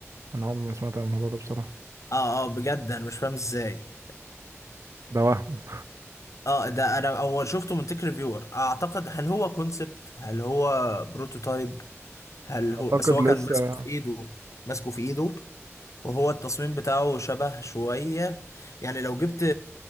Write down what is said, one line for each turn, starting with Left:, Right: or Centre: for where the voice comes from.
Right: انا عمري ما سمعت عن الموضوع ده بصراحه
Left: اه اه بجد انا مش فاهم ازاي
Right: ده وهم
Left: اه ده انا اول شفته من تيك ريفيور اعتقد هل هو كونسبت هل هو بروتوتايب هل
Right: <laughs> اعتقد
Left: هو بس هو
Right: لسه
Left: كان ماسكه في ايده ماسكه في ايده وهو التصميم بتاعه شبه شوية يعني لو جبت